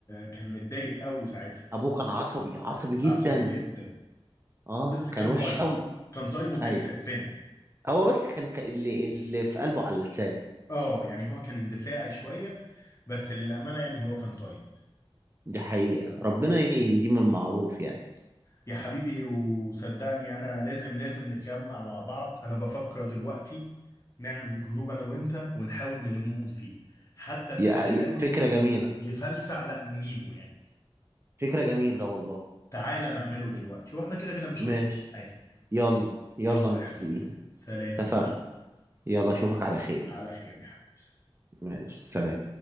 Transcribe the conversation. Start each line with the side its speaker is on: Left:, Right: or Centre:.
Left: كان متضايق قوي ساعتها
Right: ابوه كان عصبي عصبي جدا
Left: عصبي جدا
Right: اه
Left: بس كان
Right: كان وحش
Left: طيب
Right: قوي
Left: كان طيب وكان
Right: ايوه
Left: يحبنا
Right: هو بس كان ك... اللي اللي في قلبه على لسانه
Left: اه يعني هو كان اندفاعي شوية بس للأمانة يعني هو كان طيب
Right: دي حقيقة ربنا يديم المعروف يعني
Left: يا حبيبي وصدقني انا لازم لازم نتجمع مع بعض انا بفكر دلوقتي نعمل جروب انا وانت ونحاول نلمهم فيه حتى اللي
Right: يا-
Left: هيحاول
Right: يا- فكرة
Left: ي-
Right: جميلة
Left: يفلسع لا نجيبه يعني
Right: فكرة جميلة والله
Left: تعالى نعمله دلوقتي واحنا كده كده مش
Right: ماشي
Left: خسرانين حاجة
Right: يلا يلا
Left: يلا
Right: متفقين
Left: يا حبيبي سلام
Right: اتفقنا
Left: يا باشا
Right: يلا اشوفك على خير
Left: على خير يا حبيبي
Right: ماشي سلام